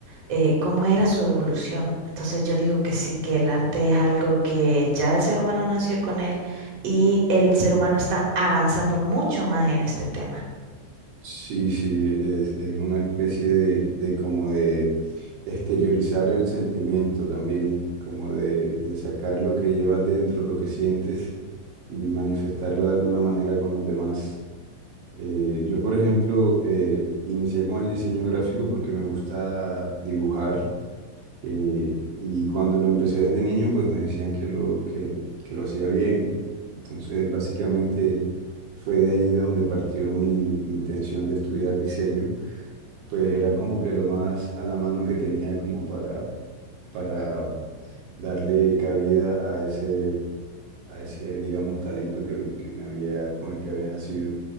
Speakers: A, on the right; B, on the right.
A: eh, ¿cómo era su evolución? Entonces yo digo que sí, que el arte es algo que ya el ser humano nació con él y el ser humano está avanzando mucho más en este tema.
B: Sí, sí, es, es una especie de, de como de exteriorizar el sentimiento también, como de, de sacar lo que llevas dentro, lo que sientes y manifestarlo de alguna manera con los demás. Eh, yo, por ejemplo, eh, inicié con el diseño gráfico porque me gusta dibujar eh, y cuando lo empecé desde niño, pues me decían que lo, que, que lo hacía bien. Entonces, básicamente fue de ahí de donde partió mi, mi intención de estudiar diseño. Pues era como que lo más a la mano que tenía como para, para darle cabida a ese, a ese, digamos, talento que, que me había, con el que había nacido.